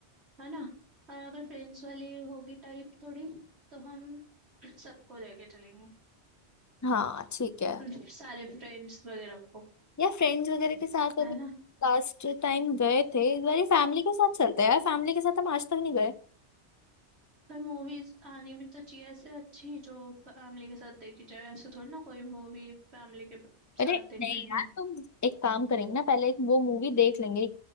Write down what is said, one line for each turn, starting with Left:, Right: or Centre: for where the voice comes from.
Right: है ना और अगर फ्रेंड्स वाली होगी टाइप थोड़ी तो हम <clears throat> सबको लेके चलेंगे
Left: हाँ ठीक है
Right: <laughs> सारे फ्रेंड्स वगैरह को
Left: या फ्रेंड्स वगैरह के साथ अभी
Right: है ना
Left: लास्ट टाइम गए थे इस बार फैमिली के साथ चलते हैं यार फैमिली के साथ हम आज तक नहीं गए
Right: पर मूवीज आनी भी तो चाहिए ऐसे अच्छी जो फैमिली के साथ देखी जाए ऐसे थोड़ी ना कोई मूवी फैमिली के
Left: अरे
Right: साथ देख
Left: नहीं
Right: लेंगे
Left: यार तुम एक काम करेंगे ना पहले एक वो मूवी देख लेंगे